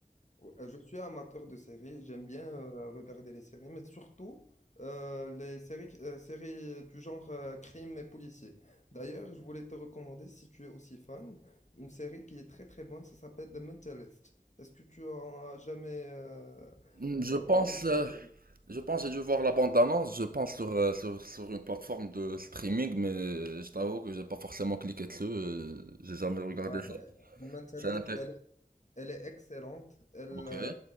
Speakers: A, on the left (about 55°); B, on the right (about 80°).
A: Ouais, euh, Je suis amateur de séries, j'aime bien euh, regarder les séries, mais surtout euh, les séries, qui- euh, séries du genre euh, crime et policier. D'ailleurs, je voulais te recommander, si tu es aussi fan, une série qui est très très bonne, ça s'appelle The Mentalist. Est-ce que tu en as jamais euh,
B: Hmm, Je
A: euh,
B: pense,
A: entendu
B: euh,
A: parler
B: je pense, j'ai dû voir la bande-annonce, je pense sur, euh, sur, sur une plateforme de streaming, mais je t'avoue que j'ai pas forcément cliqué dessus, euh, j'ai jamais regardé
A: Ouais,
B: ça.
A: The Mentalist,
B: C'est inté-
A: Elle est excellente. Elle,
B: Ok.
A: euh,